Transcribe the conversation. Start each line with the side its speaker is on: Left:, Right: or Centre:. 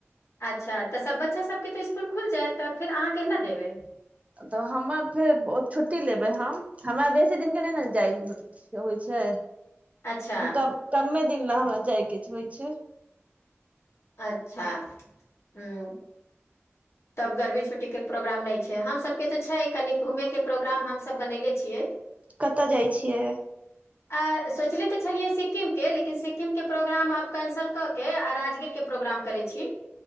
Left: अच्छा तऽ सभ बच्चा सभके तऽ स्कूल खुलि जायत तऽ फेर अहाँ केना जेयबै
Right: तऽ हमर फेर छुट्टी लेबै हम हमरा बेसी दिनके नहि ने जाइ होइ छै
Left: अच्छा
Right: क-कमे दिन ला हमरा जायके होइ छै
Left: अच्छा हूँ तब गर्मी छुट के प्रोग्राम नहि छै हम सब के तऽ छै कनि घूमे के प्रोग्राम हमसब बनैले छियै
Right: कतऽ जाइ छियै
Left: अ-सोचले तऽ छलियै सिक्किम के लेकिन सिक्किम के प्रोग्राम आब कैंसल कऽ के आ राजगीर प्रोग्राम करै छी